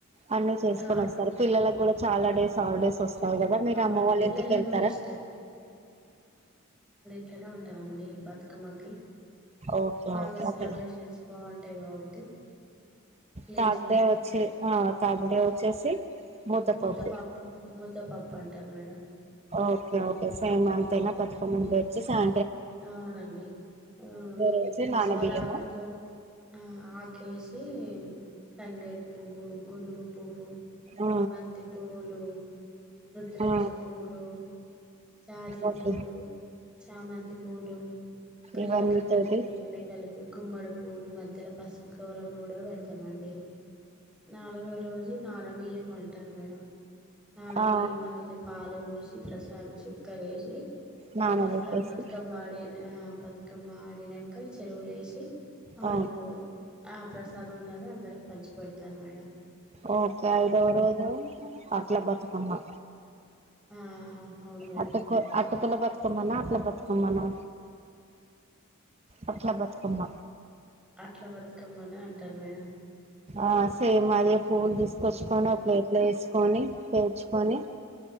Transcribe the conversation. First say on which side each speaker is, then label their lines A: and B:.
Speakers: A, on the right; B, in the centre.
A: అన్ని చేసుకొని
B: ఆ!
A: వస్తారు పిల్లలకి కూడా చాలా డేస్ హాలిడేస్ వస్త తావ్ కదా మీరు
B: అవును.
A: అమ్మ వాళ్ళ
B: పిల్లలకు
A: ఇంటికి వెళ్తారా
B: గూడా ఇష్టం. అట్లనే ఉంటానమండి బతుకమ్మకి
A: ఓకే
B: బాగా
A: ఓకే
B: సెలబ్రేషన్స్
A: అక్కడ
B: బాగుంటాయి కాబట్టి విలేజ్లో
A: థర్డ్ డే వచ్చే ఆ థర్డ్ డే వచ్చేసి ముత్తపప్పు
B: ముద్దపప్పు ముద్దపప్పు అంటారు మేడం
A: ఓకే ఓకే సేమ్ అంతనా పా సముండే చూసాన
B: అవునండి ఆ
A: రోజు నానబియ్యము
B: సోర ఆకుతో ఆ ఆకేసి తంగేడి పువ్వు గునుగు పువ్వు
A: ఆ
B: బంతి పువ్వులు రుద్రాక్ష
A: ఆ
B: పువ్వులు జాజి
A: ఓకే
B: పూలు చామంతి పూలు కలర్
A: ఇవన్నీ
B: కలర్
A: తోటి
B: అయి అని కలిపి గుమ్మడ పువ్వులు మా ధ్యల పసుపు గౌరమ్మ కూడా పెడతాండి నాలుగో రోజు నా నా బియ్యం పెటారు మేడం నానా
A: ఆ
B: బియ్యం మల్లిని పాలు పోసి ప్రసాద్ చుక్కరేసి
A: నానబెట్టేసి
B: ప్రసాద వాడే ఆ బతు బతుకమ్మ ఆడినంక చెరువులేసి పాలు
A: ఆ
B: పో ఆ ప్రసాదం అన్నది అందరికి పంచి పెడతారు మేడం
A: ఓకే ఐదావ రోజు అట్ల బతుకమ్మ
B: ఆ అవును మేడం
A: అటక అటుకుల బతుకమ్మనా అట్ల బ కామ్మనా అట్లా బతుకమ్మ
B: అట్లా బతుకమ్మనా అంటారు మేడం
A: ఆ సేమ్ అదే పూలు తీస కోచ్చుకొని ఒక ప్లేట్లో ఎసు కొని పేర్చుకొని